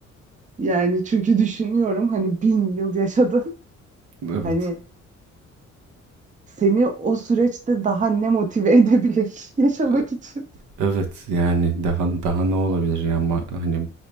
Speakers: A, on the right (about 25°); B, on the right (about 80°).
A: Yani çünkü düşünüyorum hani bin yıl yaşadın. <laughs>
B: Evet.
A: Hani seni o süreçte daha ne motive edebilir <laughs> yaşamak
B: E,
A: için?
B: Evet yani daha daha ne olabilir yani Ma- hani